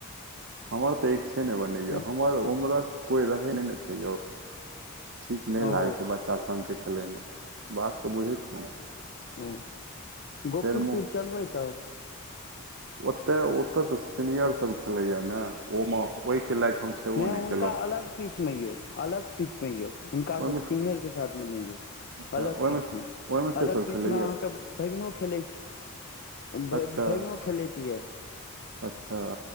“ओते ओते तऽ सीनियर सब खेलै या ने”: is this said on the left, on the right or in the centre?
Right